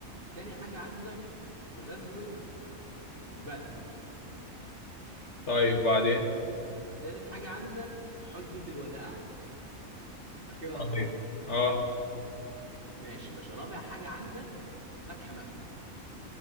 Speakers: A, on the right (about 40°); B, on the left (about 55°).
A: تاني حاجة عندك غزوة بدر
B: طيب بعدين
A: تالت حاجة عندك حجة الوداع فاكرها
B: طيب
A: طبعا
B: اه
A: ماشي يا باشا رابع حاجه عندك فتح مكه